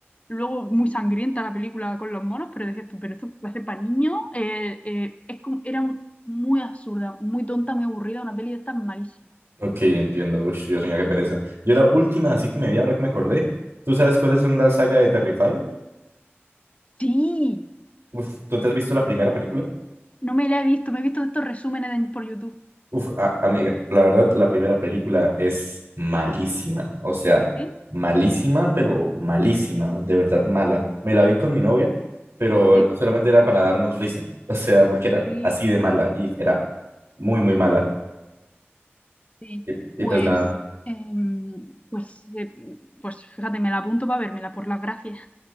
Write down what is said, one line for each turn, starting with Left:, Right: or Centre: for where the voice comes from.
Left: luego muy sangrienta la película con los monos, pero decías tú, pero esto parece para niños. eh, eh, es como- era un- muy absurda, muy tonta, muy aburrida, una peli de estas malísima.
Right: Ok, entiendo. Uy, Dios mío, qué pereza. Yo la última, así que me vi ahora que me acordé. ¿Tú sabes cuáles son la saga de Terrifier?
Left: Sí,
Right: Uf, ¿tú te has visto la primera película?
Left: no me la he visto, me he visto de estos resúmenes de- por YouTube.
Right: Uf, a- amiga, la verdad, la primera película es malísima. O sea,
Left: Sí,
Right: malísima, pero malísima, de verdad mala. Me la vi con mi novia, pero
Left: sí,
Right: solamente era para darnos risa. O sea, porque era
Left: sí,
Right: así de mala y era muy, muy mala.
Left: sí.
Right: y y
Left: Pues,
Right: pues nada.
Left: em, pues, eh, pues fíjate, me la apunto para vérmela, por las gracias.